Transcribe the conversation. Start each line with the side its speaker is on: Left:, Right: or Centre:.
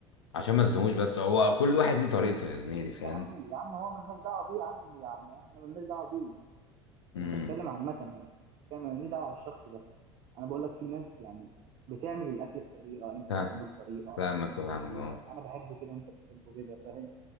Left: عشان ما اظلموش بس هو كل واحد ليه طريقته يا زميلي فاهم
Right: يا عم يا عم هو ملناش دعوه بيه يا عم يعني احنا ملناش دعوه بيه
Left: امم
Right: انا بتكلم عامه يعني كان ماليش دعوه على الشخص ده انا بقول لك في ناس يعني بتعمل الاكل بطريقه انت
Left: فاهم-
Right: بتعمله بطريقه
Left: فاهمك
Right: انا بعمله
Left: فاهمك
Right: بطريقه
Left: اه
Right: انا بحبه كده انت بتحبه كده فاهم